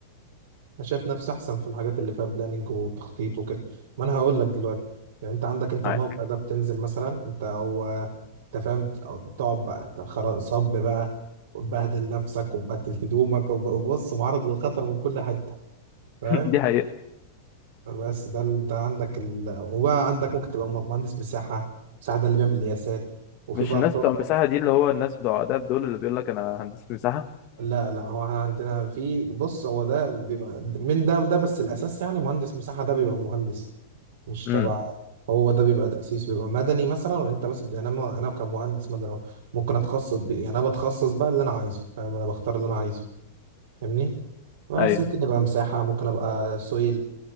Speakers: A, on the right; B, on the left.
A: انا شايف نفسي احسن في الحاجات اللي فيها بلاننج وتخطيط وكده ما انا هقول لك دلوقتي يعني انت عندك انت
B: معاك
A: الموقع ده بتنزل مثلا انت هو انت فاهم أو تقعد بقى أنت خر- صب بقى وتبهدل نفسك وتبهدل هدومك وب- وبص معرض للخطر من كل حته فاهم
B: <laughs> دي حقيقة
A: بس ده ال- ده عندك ال... وبقى عندك ممكن تبقى م- مهندس مساحة مساحة ده اللي بيعمل القياسات وفي
B: مش
A: بقى
B: الناس
A: الطرق
B: بتوع مساحة دي اللي هو الناس بتوع آداب دول اللي بيقول لك أنا هندسة مساحة
A: لا لا هو احنا عندنا في بص هو ده بيبقى من ده من ده بس الأساس يعني مهندس مساحة ده بيبقى مهندس مش تبع
B: امم
A: هو ده بيبقى تأسيس بيبقى مدني مثلا وانت مثلا يعني انا ما- انا كمهندس مدني ممكن اتخصص ب... يعني انا بتخصص بقى اللي انا عايزه فاهم انا بختار اللي انا عايزه فاهمني بس
B: أيوه
A: ممكن يبقى مساحة ممكن ابقى سويل